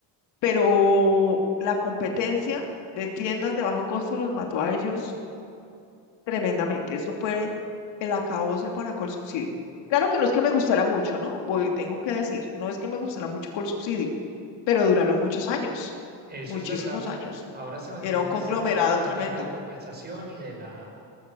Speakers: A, on the left; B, on the right.
A: pero la competencia de tiendas de bajo costo los mató a ellos tremendamente. Eso fue el acabose para Colsubsidio. Claro que no es que me gustara mucho, ¿no? Voy, tengo que decir, no es que me gustara mucho Colsubsidio, pero duraron muchos años,
B: Eso
A: muchísimos
B: es verdad.
A: años.
B: Ahora se mantiene
A: Era un
B: en
A: conglomerado
B: esa punta de la
A: tremendo.
B: caja de compensación y de la,